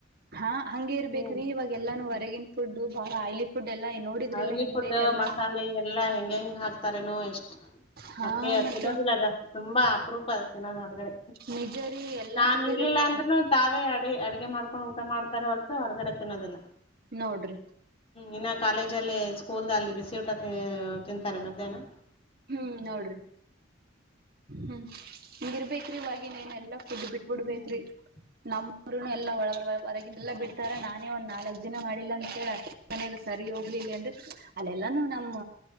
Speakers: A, on the right; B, on the left.
A: ಹಾ ಹಂಗೆ ಇರ್ಬೇಕ್ರಿ
B: ಹ್ಮ
A: ಇವಾಗ ಎಲ್ಲಾನು
B: ಹ್ಮ
A: ಹೊರಗಿನ <unintelligible> ನೋಡಿದ್ರಿಲ್ಲ
B: ಆಯಿಲಿ
A: ಹೆಂಗೈತೆ
B: <unintelligible> ಫುಡ್
A: ಎಲ್ಲಾ
B: ಮಸಾಲೆ ಎಲ್ಲಾ ಹೆಂಗ ಹೆಂಗ ಹ <unintelligible> ತಾರೇನೋ ಎಷ್ಟು
A: ಹಾ
B: ಅದ್ಕೆ <unintelligible>
A: ಮತ್ತ
B: ತಿನ್ನೋದಿಲ್ಲ ಜಾಸ್ತಿ ತುಂಬಾ ಅಪರೂಪ ತಿನ್ನೋದು ಹೊರಗಡೆ
A: ನಿಜರಿ ಎಲ್ಲಾ
B: ನಾನ್
A: ನೋಡಿರಿಲ್ಲ
B: ಇರ್ಲಿಲ್ಲ ಅಂದ್ನು ತಾವೇ ಅ ಅಡಗೆ ಮಾಡ್ ಹಕೊಂಡ್ <unintelligible> ಊಟ ಮಾಡತಾರ ಹೊರತು ಹೊರಗಡೆ ತಿನ್ನೋದಿಲ್ಲ
A: ನೋಡ್ರಿ
B: ಇ <unintelligible> ಕಾಲೇಜ ಅಲ್ಲಿ ಸ್ಕೂಲ್ ಅಲ್ಲಿ ಬಿಸಿ ಊಟ ತಿ ತಿಂತಾರೆ ಮಧ್ಯಾಹ್ನ
A: ಹ್ಮ್ ನೋಡ್ರಿ ಹ್ಮ್ ಹಂಗ ಇರ್ಬೇಕ್ರ <unintelligible> ಇವಾಗಿನೇನೆಲ್ಲ <unintelligible> ಬಿಟ್ಬಿಡ್ಬೇಕ್ರೀ
B: ಹ್ಮ್
A: ನಮ್ಮರು ಎಲ್ಲಾ ಒಳಗ ಹೊರಗಿನ ಎಲ್ಲಾ ಬಿಡ್ತಾರ ನಾನೇ ಒಂದ್ ನಾಲ್ಕ್ ದಿನ ಮಾಡಿಲ್ಲ ಅಂತೇಳಿ ಅ <unintelligible> ಮನಯಾಗ ಸರಿ ಹೋಗ್ಲಿಲ್ಲ ಅಂದು ಅದೆಲ್ಲಾನು ನಮ್ಮ